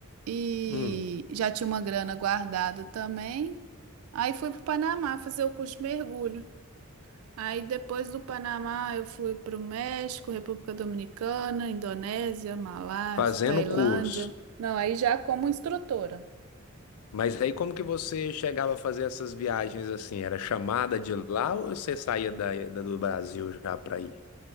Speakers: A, on the right; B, on the left.
A: e
B: Hum.
A: já tinha uma grana guardada também. Aí fui para o Panamá fazer o curso de mergulho. Aí depois do Panamá eu fui para o México, República Dominicana, Indonésia, Malásia,
B: Fazendo
A: Tailândia.
B: curso.
A: Não, aí já como instrutora.
B: Mas aí como que você chegava a fazer essas viagens assim? Era chamada de lá ou você saía da, da- do Brasil já para ir?